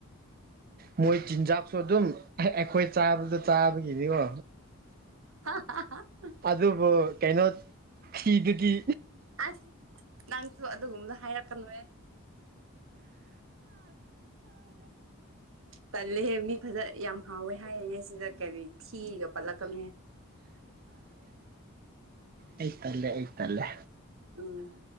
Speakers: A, on the right; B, on the right.
A: ꯃꯣꯏ ꯆꯤꯟꯖꯥꯛꯁꯨ ꯑꯗꯨꯝ ꯑꯩꯈꯣꯏ ꯆꯥꯕꯗ ꯆꯥꯕꯒꯤꯗꯤꯀꯣ
B: ꯍꯥ ꯍꯥ
A: ꯑꯗꯨꯕꯨ ꯀꯩꯅꯣ ꯊꯤꯗꯨꯗꯤ ꯒꯤ
B: ꯑꯁ ꯅꯪ ꯑꯗꯨ ꯑꯗꯨꯒꯨꯝꯕꯗ ꯍꯥꯏꯔꯛꯀꯅꯨꯍꯦ ꯇꯜꯂꯤꯍꯦ ꯃꯤ ꯐꯖꯟ ꯌꯥꯝ ꯍꯥꯎꯋꯦ ꯍꯥꯏꯔꯤꯉꯩ ꯁꯤꯗ ꯀꯔꯤ ꯊꯤꯒ ꯄꯜꯂꯛꯀꯅꯨꯍꯦ
A: ꯑꯩ ꯇꯜꯂꯦ ꯑꯩ ꯇꯜꯂꯦ
B: ꯎꯝ